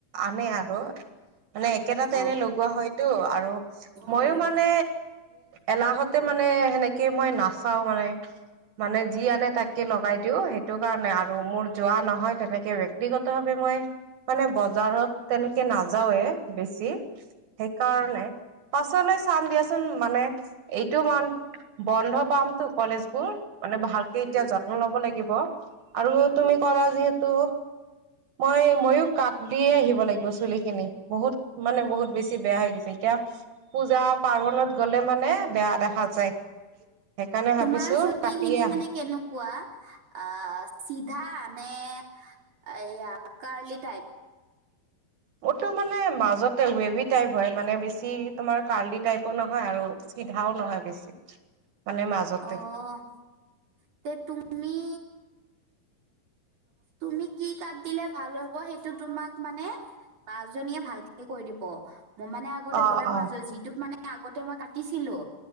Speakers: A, on the right; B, on the right.
A: আনে আৰু। মানে একেটা তেলে
B: অ
A: লগোৱা হয়তটো আৰু মইও
B: অ
A: মানে এলাহতে মানে সেনেকে তে মই নাচাও মানে, মানে যি আনে তাকে লগাই দিও। সেই সেইটো কাৰণে আৰু মোৰ যোৱা নহয় তেনেকে। ব্যাক্তিগত ভাৱে মই মানে বজাৰত তেনেকে নাযাওৱে বেছি। সেইকাৰণে, পাছলৈ চাম দিয়াচোন মানে এইটো মান বন্ধ পামতো কলেজবোৰ। মানে ভালকে
B: উম
A: এতিয়া যত্ন লব লাগিব আৰু
B: উম
A: তুমি কলা যিহেতু
B: <inaudible>
A: মই ময়ো কাঠ দিয়ে আহিব লাগিব চুলি খিনি বহুত মানে বহুত বেছি বেয়া হৈ গৈছে। এতিয়া, পূজা-পাৰ্বনত গলে মানে বেয়া দেখা যায়। সেইকাৰণে ভাবিছো
B: তোমাৰ চুলি
A: কাটিয়ে
B: খিনি
A: আহা
B: মানে কেনেকুৱা? আ, চিধা নে এয়া কাৰলি টাইপ?
A: মোৰটো মানে মাজতে ৱেভি টাইপ হয়। মানে, বেছি তোমাৰ কাৰ্লি টাইপো নহয় আৰু সিধাও নহয় বেছি। মানে মাজতে
B: অহ তে তুমি তুমি কি কাট দিলে ভাল হ ব সেইটো তোমাক মানে বাজনীয়ে ভালকে কৈ দিব। মই মানে আগতে
A: অ
B: গম পোৱা
A: অ
B: নাছিলোঁ। যিটোত মানে আগতে মই কাটিছিলো